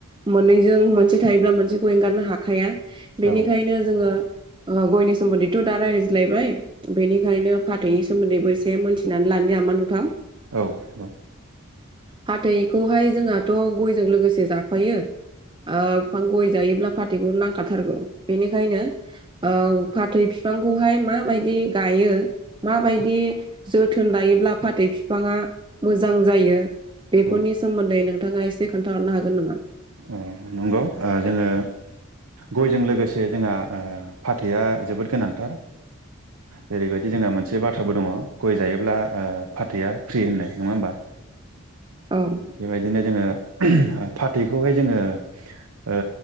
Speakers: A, on the right; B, on the right.
A: मोननैजों मोनसे थायोब्ला मोनसेखौ एंगारनो हाखाया।
B: नंगौ
A: बेनिखायनो
B: औ
A: जोङो ओ गयनि सोमोन्दैथ' दा रायज्लायबाया बेनिखायनो फाथैनि सोमोन्दैबो एसे मोनथिनानै लानो नामा नोंथां।
B: औ औ।
A: फाथैखौहाय जोंहाथ' गयजों लोगोसे जाफायो ओ फां गय जायोब्ला फाथैखौ नांखाथारगौ बेनिखायनो ओ फाथै फि बिफांखौहाय माबायदि गायो माबायदि जोथोन लायोब्ला फाथै बिफाङा मोजां जायो बेफोरनि
B: औ
A: सो सोमोन्दै नोंथाङा एसे खोनथाहरनो हागोन नामा?
B: औ नंगौ जोङो ना गयजों लोगोसे जोंहा फाथैया जोबोद गोनांथारो ओरैबायदि जोंहा मोनसे बाथ्राबो दङ' गय जायोब्ला ओओ फाथैआ फ्रि होननाय नङा होमबा? <inaudible>
A: औ।
B: बेबायदिनो जोङो फाथैखौहाय जोङो ओ ओ